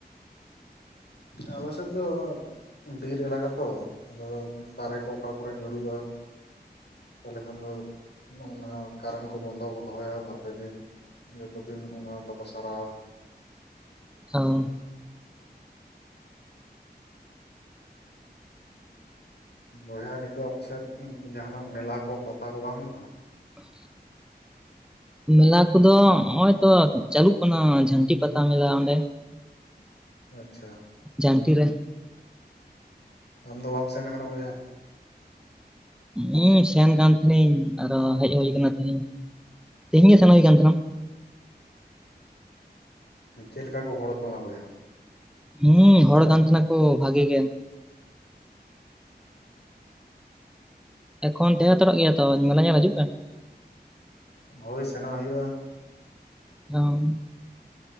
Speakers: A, on the left; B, in the centre.
A: ᱟᱞᱮᱥᱮᱫ ᱫᱚ ᱵᱤᱨ ᱮᱞᱟᱠᱟ ᱛᱚ ᱟᱫᱚ ᱫᱟᱨᱮ ᱠᱚ ᱚᱠᱟ ᱠᱚᱨᱮ ᱧᱩᱨᱩᱜᱼᱟ ᱛᱟᱞᱦᱮ ᱠᱷᱟᱱ ᱫᱚ ᱱᱚᱜ ᱚᱱᱟ ᱠᱟᱨᱮᱱᱴ ᱠᱚ ᱵᱚᱱᱫᱚ ᱠᱚ ᱫᱚᱦᱚᱭᱟ ᱵᱟᱨᱯᱮ ᱫᱤᱱ ᱡᱚᱛᱚ ᱫᱤᱱ ᱚᱱᱟ ᱵᱟᱠᱚ ᱥᱟᱨᱟᱣ
B: <unintelligible>
A: ᱵᱚᱭᱦᱟ ᱱᱤᱛᱚᱜ ᱟᱯᱮᱥᱮᱫ ᱡᱟᱦᱟᱱᱟᱜ ᱢᱮᱞᱟ ᱠᱚ ᱯᱟᱛᱟ ᱠᱚ ᱵᱟᱝ ᱦᱩᱭᱩᱜ ᱠᱟᱱᱟ
B: <inaudible> ᱢᱮᱞᱟ ᱠᱚᱫᱚ ᱱᱚᱜ ᱚᱭ ᱛᱚ ᱪᱟᱹᱞᱩᱜ ᱠᱟᱱᱟ ᱡᱷᱟᱹᱱᱴᱤ ᱯᱟᱛᱟ ᱢᱮᱞᱟ ᱚᱸᱰᱮ
A: ᱟᱪᱪᱷᱟ
B: ᱡᱷᱟᱹᱱᱴᱤ ᱨᱮ
A: ᱟᱢ ᱫᱚ ᱵᱟᱢ ᱥᱮᱱ ᱟᱠᱟᱱᱟ ᱵᱚᱭᱦᱟ
B: ᱤᱧᱤᱧ ᱥᱮᱱ ᱟᱠᱟᱱ ᱛᱟᱦᱮᱱᱟ ᱟᱨᱚ ᱦᱮᱡ ᱦᱳᱭᱠᱟᱱᱟ ᱛᱤᱦᱤᱧ ᱛᱤᱦᱤᱧ ᱜᱮ ᱥᱮᱱ ᱦᱩᱭ ᱠᱟᱱ ᱛᱟᱦᱮᱱᱟ
A: ᱪᱮᱫ ᱞᱮᱠᱟ ᱠᱚ ᱦᱚᱲᱚ ᱞᱮᱱᱟ ᱵᱚᱭᱦᱟ
B: ᱦᱩᱸ ᱦᱚᱲ ᱠᱟᱱ ᱛᱟᱦᱮᱱᱟ ᱠᱚ ᱵᱷᱟᱜᱮ ᱜᱮ ᱮᱠᱷᱚᱱ ᱛᱟᱦᱮᱸ ᱦᱟᱛᱟᱲᱚᱜ ᱜᱮᱭᱟ ᱛᱚ ᱢᱮᱞᱟ ᱧᱮᱞ ᱦᱤᱡᱩᱜ ᱯᱮ
A: ᱦᱳᱭ ᱥᱮᱱᱚᱜ ᱦᱳᱭᱳᱜᱼᱟ
B: <unintelligible>